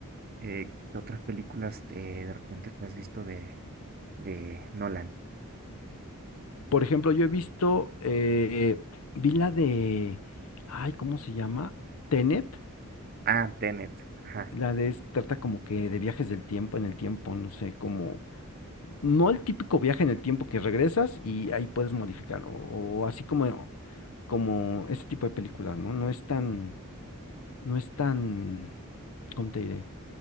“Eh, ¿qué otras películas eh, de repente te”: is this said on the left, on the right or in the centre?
Right